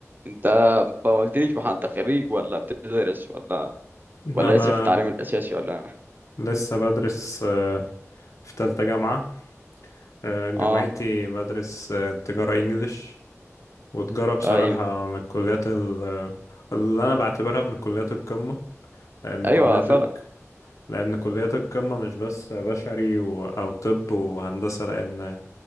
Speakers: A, on the right; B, on the left.
A: انت ما قلتليش بقى انت خريج ولا بتدرس ولا
B: انا
A: ولا لسه في التعليم الاساسي ولا
B: لسه بدرس آه، في تالتة جامعة آه، جامعتي
A: اه
B: بدرس آه، تجارة انجليش وتجارة بصراحة
A: ايوه
B: من الكليات ال- آه، اللي انا بعتبرها من كليات القمة لان
A: ايوه
B: كليات
A: فعلا
B: لأن كليات القمة مش بس بشري و... أو طب وهندسة لأن